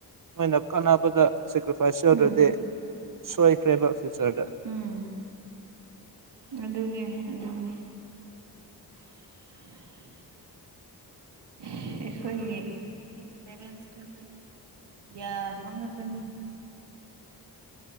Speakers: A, on the right (about 50°); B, on the right (about 75°).
A: ꯃꯣꯏꯅ ꯀꯥꯟꯅꯕꯗ ꯁꯦꯀ꯭ꯔꯤꯐꯥꯏꯁ ꯌꯧꯗ꯭ꯔꯗꯤ
B: ꯎꯝ
A: ꯁꯣꯏꯈ꯭ꯔꯦꯕ ꯐ꯭ꯌꯨꯆꯔꯗ
B: ꯎꯝ ꯑꯗꯨꯅꯦ ꯑꯗꯨꯅꯤ <unintelligible>
A: <unintelligible>
B: ꯑꯩꯈꯣꯏꯒꯤ ꯁꯤ ꯄꯦꯔꯦꯟꯁꯁꯤ ꯌꯥ ꯑꯗꯨꯃꯉꯄꯅꯤ